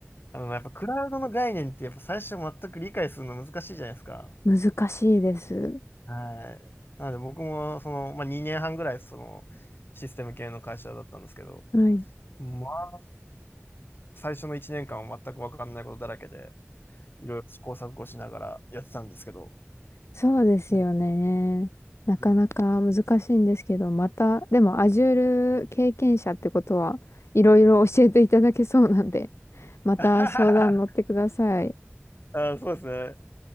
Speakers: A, on the left (about 50°); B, on the left (about 70°).
A: あの、やっぱクラウドの概念って、やっぱ最初全く理解するの難しいじゃないですか。
B: <laughs> 難しいです。
A: はい。なので僕も、その、まあ、2年半ぐらい、その、システム系の会社だったんですけど、
B: はい。
A: まあ、最初の1年間は全く分かんないことだらけで、いろいろ試行錯誤しながらやってたんですけど。
B: そうですよね。
A: ね。
B: なかなか難しいんですけど、
A: うん。
B: また、でも Azure 経験者ってことはいろいろ教えていただけそうなんで、また相談乗ってください。
A: <laughs> あそうですね。